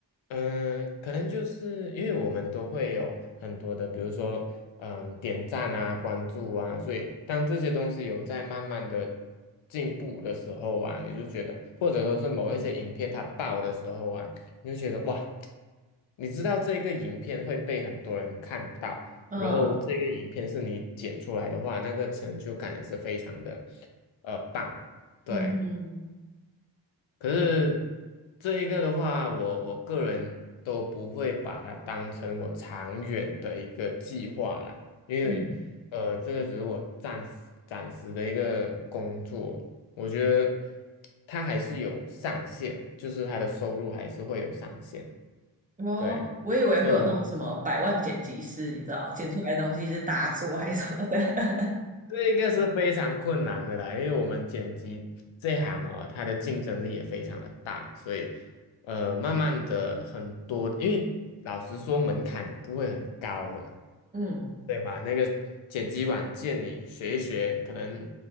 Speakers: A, on the left; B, on the right.
A: 嗯、可能就是因为我们都会有很多的，比如说，嗯、点赞啊、关注啊，所以当这些东西有在慢慢的进步的时候啊，你就觉得，或者说是某一些影片它爆的时候啊，你就觉得哇，你知道这个影片会被很多人看到，
B: 嗯
A: 然后这个影片是你剪出来的话，那个成就感也是非常的，呃，棒。对，
B: 嗯哼
A: 可是这一个的话，我我个人都不会把它当成我长远的一个计划了，因为呃，
B: 嗯，
A: 这个只是我暂时暂时的一个工作，我觉得它还是有上限，就是它的收入还是会有上限，
B: 哦，
A: 对，
B: 我以为会有那种什么百万剪辑师，
A: 对我
B: 你知道，剪出来的东西是大作还是什么的。<laughs>
A: 这个是非常困难的啦，因为我们剪辑这行哦，它的竞争力也非常的大，所以呃，慢慢的很多，因为老实说门槛也不会很高嘛，
B: 嗯
A: 对嘛？那个剪辑软件你学一学，可能